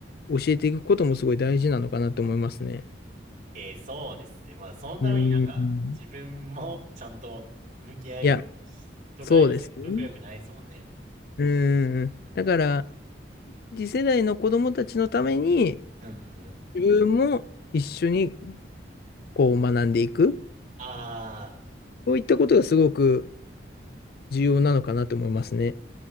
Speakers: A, on the left; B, on the right.
A: 教えていくこともすごい大事なのかなと思いますね。
B: えー、そうですね。まあ、そのためになんか、
A: うん。
B: 自分もちゃんと向き合えるようにしとかないと説得力ないですもんね。
A: いや、そうですね。うん。だから、次世代の子供たちのために、
B: うんうんうん。
A: 自分も一緒にこう学んでいく。
B: あ
A: そういったことがすごく重要なのかなと思いますね。